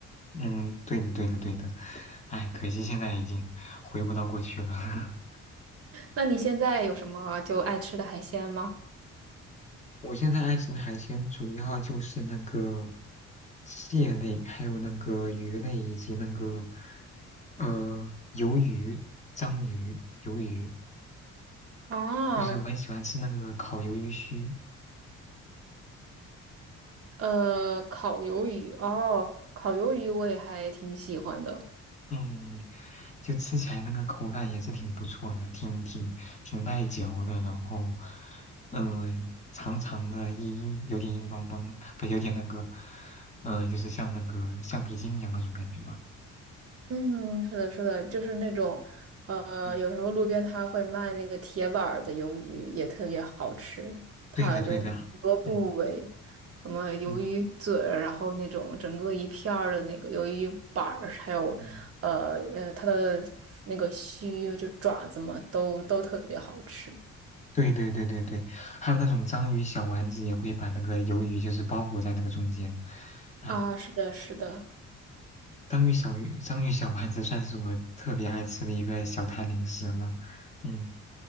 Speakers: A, on the left; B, on the right.
A: 嗯，对的，对的，对的。哎，可惜现在已经回不到过去了。<laughs>
B: 那你现在有什么就爱吃的海鲜吗？
A: 我现在爱吃的海鲜主要就是那个蟹类，还有那个鱼类，以及那个呃鱿鱼、章鱼、鱿鱼，
B: 啊。
A: 就是我很喜欢吃那个烤鱿鱼须。
B: 呃，烤鱿鱼哦，烤鱿鱼我也还挺喜欢的。
A: 嗯，就吃起来那个口感也是挺不错的，挺挺挺耐嚼的，然后，嗯、长长的硬硬，有点硬邦邦，不有点那个，嗯、就是像那个橡皮筋一样那种感觉吧。
B: 嗯，是的，是的，就是那种，呃，
A: 嗯嗯，
B: 有时候路边摊会卖那个铁板儿的鱿鱼，也特别好吃。它就很多部位，
A: 对的对的，嗯
B: 什么鱿鱼嘴儿然后那种整个一片儿的那个鱿鱼板儿还有，
A: 嗯嗯，
B: 呃呃，它的那个须就爪子嘛，都都特别好吃。
A: 对对对对对，还有那种章鱼小丸子也会把那个鱿鱼就是包裹在那个中间，哎，
B: 啊，是的，是的。
A: 章鱼小鱼章鱼小丸子算是我特别爱吃的一个小摊零食了，嗯。